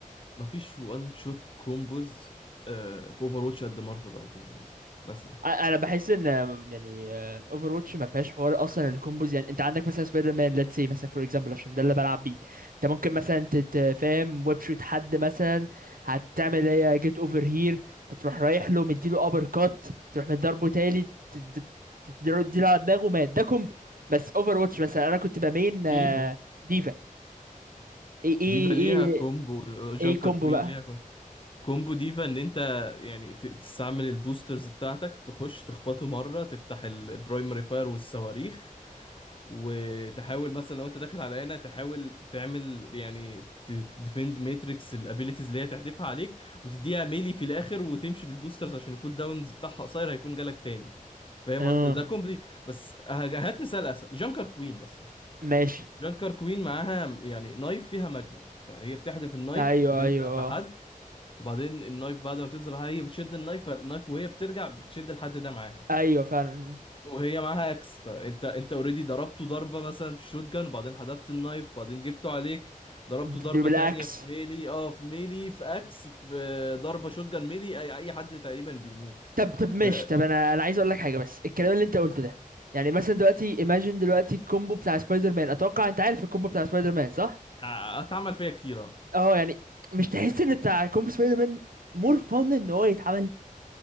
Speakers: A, on the left (about 35°); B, on the right (about 80°).
A: مفيش وان شوت كومبوز آه، في اوفر واتش قد مارفل رايفلز مثلا مثلا
B: انا بحس ان يعني اوفر واتش ما فيهاش حوار اصلا الكومبوز يعني انت عندك مثلا سبايدر مان ليتس سي مثلا فور اكزامبل عشان ده اللي بلعب بيه انت ممكن مثلا تتفاهم ويب شوت حد مثلا هتعمل ايه جيت اوفر هير فتروح رايح له مديله ابر كات تروح مضربه تاني تد- تديله تديله على دماغه مات ده كومبو بس اوفر واتش مثلا انا كنت بمين آه،
A: فيها
B: ديفا ايه ايه
A: ديفا ليها
B: ايه
A: كومبو جانكر
B: ايه كومبو
A: كوين
B: بقى
A: ليها كومبو كومبو ديفا ان انت يعني ت- تستعمل البوسترز بتاعتك تخش تخبطه مرة تفتح البرايمري فاير والصواريخ وتحاول مثلا لو انت داخل على لعنه تحاول تعمل يعني تديفند ماتريكس الابيليتيز اللي هي تحدفها عليك وتديها ميلي في الاخر وتمشي بالبوسترز عشان الكول داونز بتاعها قصير هيكون جالك تاني فاهم
B: اه
A: قصدي ده كومبلي بس ه- هات مثال اسهل جانكر كوين مثلا
B: ماشي
A: جانكر كوين معاها يعني نايف فيها ماجنت فهي بتحدف النايف
B: ايوه
A: بتلزق
B: ايوه
A: في حد
B: اه
A: وبعدين النايف بعد ما بتلزق في حد هي بتشد النايف فالنايف وهي بترجع بتشد الحد ده معاها
B: ايوه فعلا
A: وهي معاها اكس فانت انت اوريدي ضربته ضربه مثلا بالشوت جان وبعدين حذفت النايف وبعدين جبته عليك ضربته
B: بتديله
A: ضربه
B: بالاكس
A: تانية في ميلي اه في ميلي في اكس في آه، ضربه شوت جان ميلي اي اي حد تقريبا بيموت
B: طب طب ماشي
A: ف-
B: طب انا انا عايز اقول لك حاجه بس الكلام اللي انت قلته ده يعني مثلا دلوقتي ايماجين دلوقتي الكومبو بتاع سبايدر مان اتوقع انت عارف الكومبو بتاع سبايدر مان صح
A: آه، اتعمل فيا كتير اه
B: اه يعني مش تحس ان بتاع كومبو سبايدر مان مور فن ان هو يتعمل